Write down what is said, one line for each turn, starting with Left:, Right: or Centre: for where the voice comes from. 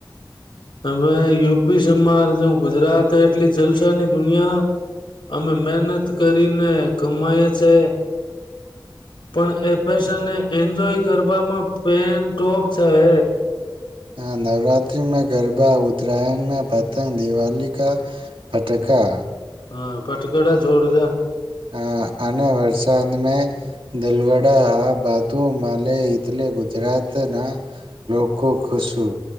Left: હમે યુપી સમારજ ગુજરાત એટલી જલસાની દુનિયા, અમે મહેનત કરીને કમાય છે. પણ એ પેશનને એન્જોય ગરબામાં પેન્ટ ટોપ છે હ.
Right: હ નવરાત્ર્રીમાં ગરબા ઉત્તરાયણ મે પતંગ દિવાલી કા, પટાકા.
Left: હા પટકડા છોડદ
Right: હ અને વરસાદ મે, દલવડા આ બાજુ મળ એટલે ગુજરાતના, લોકો ખુશું.